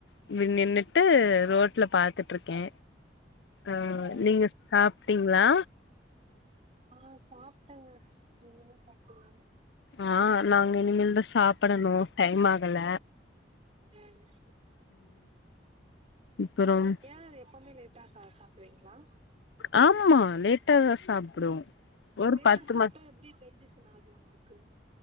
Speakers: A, on the left (about 70°); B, on the right (about 35°).
A: <unintelligible> நின்னுட்டு ரோட்ல பாத்துட்டுருக்கே ஆ
B: ஓ
A: நீங்க சாப்ட்டீங்ளா
B: ஆ சாப்ட்டேங்க நீங்கெனா சாப்ட்டிங்க
A: ஆ நாங்க இனிமேல் தா சாப்டணு டைம்மாகல
B: ம்
A: அப்புறம்
B: யே எப்போமே லேட் ட்டா சா சாப்றீங்ளா
A: ஆம்மா லேட்டாதா சாப்டுவோ ஒரு
B: லேட்டா
A: பத்து
B: சாப்ட்டா
A: ம
B: எப்டி டைஜிசன் ஆகு உங்களுக்கு